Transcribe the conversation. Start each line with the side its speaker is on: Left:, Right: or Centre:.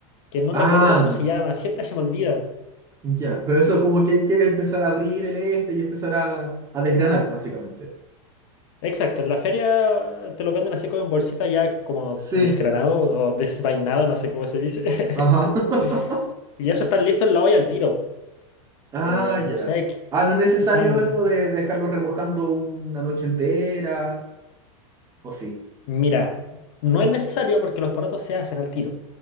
Left: que no
Right: Ah,
Left: recuerdo cómo se llama, siempre se me olvida.
Right: Ya, pero eso como que hay que empezar a abrir el este y empezar a, a desgranar, básicamente.
Left: Exacto, en la feria te lo venden así como en bolsita ya como
Right: Sí,
Left: desgranado o desvainado, no sé cómo se dice.
Right: Ajá.
Left: <laughs>
Right: <laughs>
Left: Y eso está listo en la olla al tiro.
Right: Ah,
Left: Eh,
Right: ya.
Left: no sé, qui-
Right: Ah, no es necesario
Left: quizá, n-
Right: esto de dejarlo remojando una noche entera, ¿o sí?
Left: mira, no es necesario porque los porotos se hacen al tiro.